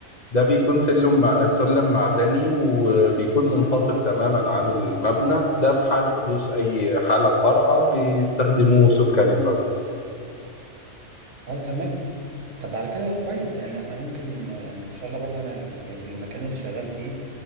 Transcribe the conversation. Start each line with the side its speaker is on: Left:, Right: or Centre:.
Left: ده بيكون سلم مع- سلم معدني وبيكون منفصل تماما عن المبنى ده في حال حدوث أي حالة طارئة بيستخدموه سكان المبنى
Right: اه تمام طب على كده كويس يعني احنا ممكن آه، يعني ان شاء الله برضو انا اللي يعني المكان اللي شغال فيه